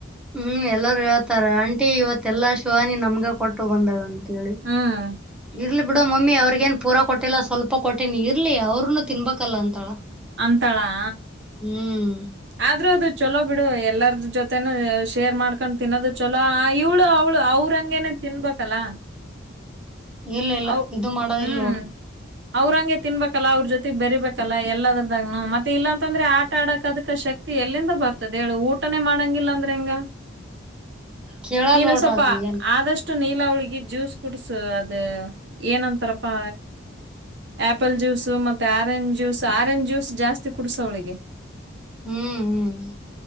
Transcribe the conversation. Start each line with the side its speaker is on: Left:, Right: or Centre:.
Centre: ಹ್ಮ್ ಎಲ್ಲೊರೂ ಹೇಳ್ತಾರ ಆಂಟಿ ಇವತ್ತೆಲ್ಲಾ ಶಿವಾನಿ ನಮ್ಗ ಕೊಟ್ಟು ಬಂದುಳಂತ. ಎಲ್ಲಿ
Right: ಹ್ಮ್
Centre: ಇರ್ಲಿ ಬಿಡು ಮಮ್ಮಿ ಅವ್ರಿಗೇನು ಪೂರಾ ಕೊಟ್ಟಿಲ್ಲ ಸ್ವಲ್ಪ ಕೊಟ್ಟೇನ ಇರ್ಲಿ ಅವ್ರರುನು ತಿನ್ಬೇಕಲ್ಲ ಅಂತಳ.
Right: ಅಂತಾಳಾ.
Centre: ಹ್ಮ್
Right: ಆದ್ರೂ ಅದು ಚೊಲೋ ಬಿಡು ಎಲ್ಲಾರ ಜೊತೆನೂ ಶೇರ್ ಮಾಡ್ಕೊಂಡ್ ತಿನ್ನೋದು ಚಲೋ ಆ ಇವ್ಳು ಅವ್ಳು ಅವ್ರಂಗೆನೆ ತಿನ್ಬೇಕಲ್ಲ.
Centre: ಇಲ್ಲ ಇಲ್ಲ
Right: ಅವ್
Centre: ಇದು ಮಾಡೋದಿಲ್
Right: ಹ್ಮ್
Centre: ನೋಡ್
Right: ಅವ್ರಂಗೆ ತಿನ್ಬೇಕ ಕಲಾ ಅವ್ರ ಜೊತೆಗ್ ಬೇರೀಬೇಕಲ್ಲಾ ಎಲ್ಲದರದಾಗನು ಮತ್ತೆ ಇಲ್ಲಾಂತಂದ್ರೆ ಆಟ ಆಡಕ್ ಅದಕ ಶಕ್ತಿ ಎಲ್ಲಿಂದ ಬರ್ತದೆ ಹೇಳು ಊಟನೇ ಮಾಡಂಗಿಲ್ಲ ಅಂದ್ರೆ ಹೆಂಗ
Centre: ಕೇಳಲ್
Right: ನೀನು
Centre: ನೋಡ್ರಾಜು
Right: ಸ್ವಪ
Centre: ಏನ್
Right: ಆದಷ್ ಷ್ಟು ನೀಲ ಹುಳಗಿ ಜ್ಯೂಸ್ ಕುಡ್ಸು ಅದ ಏನಂತಾರಪಾ ಆಪಲ್ ಜ್ಯೂಸ್ ಮತ್ತೆ ಆರೆಂಜ್ ಜ್ಯೂಸ್ ಆರೆಂಜ್ ಜ್ಯೂಸ್ ಜಾಸ್ತಿ ಕುಡ್ಸ ಅವಳಿಗೆ
Centre: ಹ್ಮ್ ಹ್ಮ್